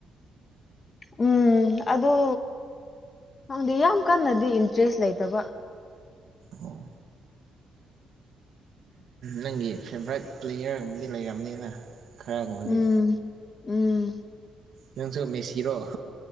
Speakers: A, on the left; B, on the right.
A: ꯎꯝ ꯑꯗꯨ ꯗꯤ ꯌꯥꯝ ꯀꯟꯅꯗꯤ ꯏꯟꯇꯔꯦꯁ ꯂꯩꯇꯕ
B: ꯑꯣ ꯅꯪꯒꯤ ꯐꯦꯚꯣꯔꯥꯏꯠ ꯄ꯭ꯂꯦꯌꯔ ꯑꯃꯗꯤ ꯂꯩꯔꯝꯅꯤꯅ ꯈꯔꯒꯨꯝꯕꯗꯤ
A: ꯎꯝ ꯎꯝ
B: ꯅꯪꯁꯨ ꯃꯦꯁꯤꯔꯣ